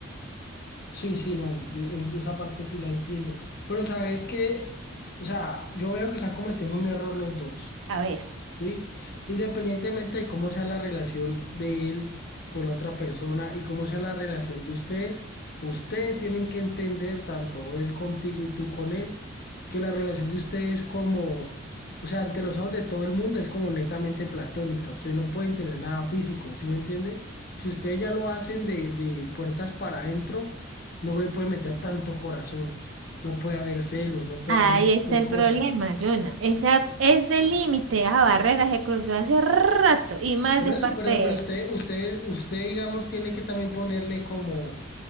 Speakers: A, on the left; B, on the right.
A: Sí, sí, no. yo en esa parte sí la entiendo. Pero sabes que, o sea, yo veo que están cometiendo un error los dos.
B: A ver.
A: ¿sí? Independientemente de cómo sea la relación de él con la otra persona y cómo sea la relación de ustedes, ustedes tienen que entender, tanto él contigo y tú con él, que la relación de ustedes como, o sea, ante los ojos de todo el mundo es como netamente platónica, ustedes no pueden tener nada físico, ¿sí me entiende? Si ustedes ya lo hacen de, de puertas para adentro, no le puede meter tanto corazón, no puede haber celos, no puede
B: Ahí
A: haber ese
B: está
A: tipo de
B: el
A: cosas.
B: problema, Jonah. Esa, ese límite, esa barrera se cruzó hace rato y más
A: Por
B: de
A: eso,
B: parte
A: pero,
B: de
A: pero usted,
B: él.
A: usted, usted, digamos, tiene que también ponerle como,